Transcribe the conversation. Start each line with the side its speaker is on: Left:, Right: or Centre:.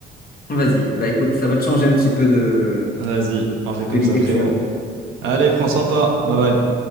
Left: Vas-y. Bah écoute, ça va te changer un petit peu de,
Right: Vas-y, on fait
Left: de
Right: comme
Left: l'idée
Right: ça, frérot.
Left: que tu as.
Right: Allez, prends soin de toi. Bye bye.